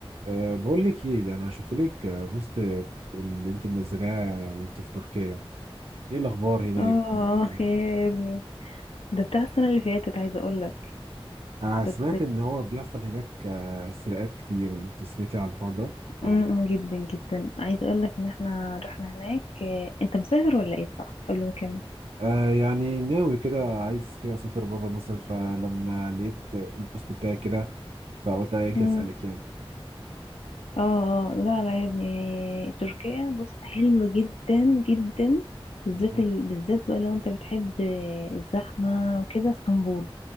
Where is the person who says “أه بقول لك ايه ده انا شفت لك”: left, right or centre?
Right